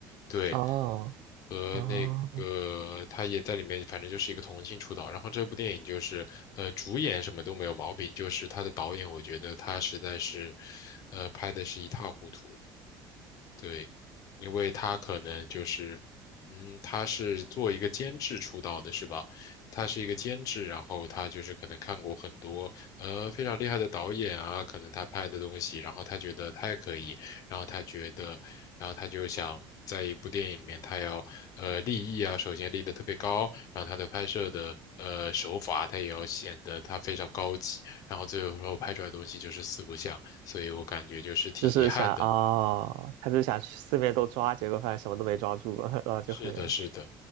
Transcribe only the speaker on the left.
对，
和那个他也在里面，
反正就是一个童星出道。然后这部电影就是呃主演什么都没有毛病，就是他的导演我觉得他实在是呃拍的是一塌糊涂。对，因为他可能就是，嗯，他是做一个监制出道的，是吧？他是一个监制，然后他就是可能看过很多呃非常厉害的导演啊，可能他拍的东西，然后他觉得他也可以，然后他觉得，然后他就想在一部电影里面，他要呃立意啊，首先立得特别高，然后他的拍摄的呃手法，他也要显得他非常高级，然后最后拍出来的东西就是四不像，所以我感觉就是挺遗憾的。
是的，是的。